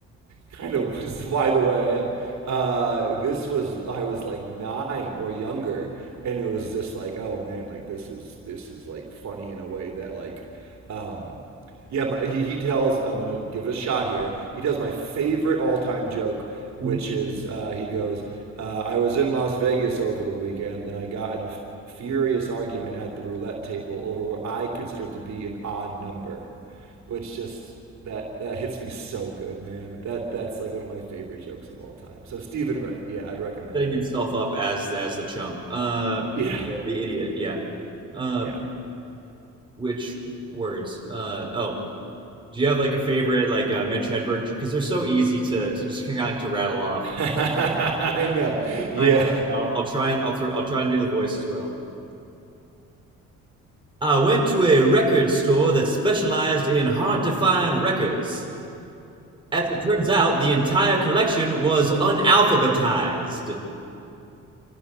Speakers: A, on the right; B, on the right.
A: kind of is why the way I am. Uh, this was I was like nine or younger, and it was just like oh man like this is this is like funny in a way that like um yeah my- he, he tells i'm gonna give it a shot here he tells my favorite all-time joke
B: Mhm.
A: which is uh, he goes uh, i was in las vegas over the weekend and i got in a furious argument at the roulette table over what i considered to be an odd number which just that that hits me so good man that that's like one of my favorite jokes of all time so stephen wright yeah i'd recommend
B: Setting
A: him
B: himself up as as the chump, uh,
A: yeah
B: the idiot. Yeah. Uh,
A: Yeah.
B: which words? Uh, oh, do you have like a favorite like uh, Mitch Hedberg? Because they're so easy to to just kind of like to rattle off.
A: <laughs> I know. Yeah.
B: Mine, I'll, I'll try and I'll throw I'll try and do the voice as well. I went to a record store that specialized in hard-to-find records. As it turns out, the entire collection was unalphabetized.